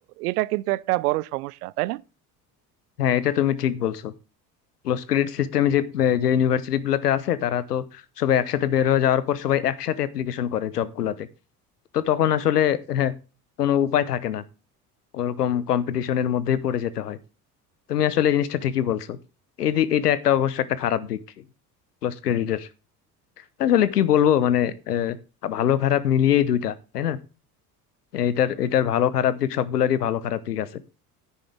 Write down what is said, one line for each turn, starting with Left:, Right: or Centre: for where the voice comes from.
Right: এটা কিন্তু একটা বড় সমস্যা তাই না
Left: হ্যাঁ এটা তুমি ঠিক বলছো ক্লোজ ক্রেডিট সিস্টেমে যে যে ইউনিভার্সিটি গুলাতে আছে তারা তো সবাই একসাথে বের হয়ে যাওয়ার পর সবাই একসাথে অ্যাপ্লিকেশন করে জব গুলাতে তো তখন আসলে হ্যাঁ, কোনো উপায় থাকে না ওরকম কম্পিটিশনের মধ্যেই পড়ে যেতে হয় তুমি আসলে এই জিনিসটা ঠিকই বলছো এই দিক এটা একটা অবশ্য একটা খারাপ দিক ক্লোজ ক্রেডিটের আসলে কি বলবো মানে আহ, ভালো খারাপ মিলিয়েই দুইটা তাই না এটার এটার ভালো খারাপ দিক সবগুলোরই ভালো খারাপ দিক আছে